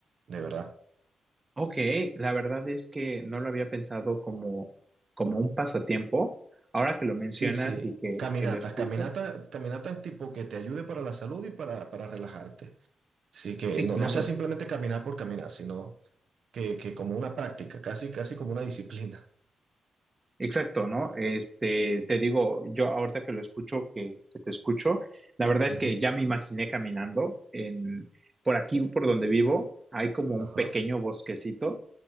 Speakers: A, on the right; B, on the right.
A: de verdad.
B: Ok, la verdad es que no lo había pensado como, como un pasatiempo. Ahora que lo mencionas
A: Sí, sí.
B: y que,
A: Caminatas,
B: que lo escucho,
A: caminatas, caminatas tipo que te ayude para la salud y para, para relajarte. Sí, que
B: sí,
A: no,
B: claro,
A: no sea simplemente caminar por caminar, sino que, que como una práctica, casi, casi como una disciplina.
B: exacto, ¿no? Este, te digo, yo ahorita que lo escucho, que, que te escucho, la verdad es
A: Ujú.
B: que ya me imaginé caminando en, por aquí, por donde vivo, hay como un
A: Ajá.
B: pequeño bosquecito,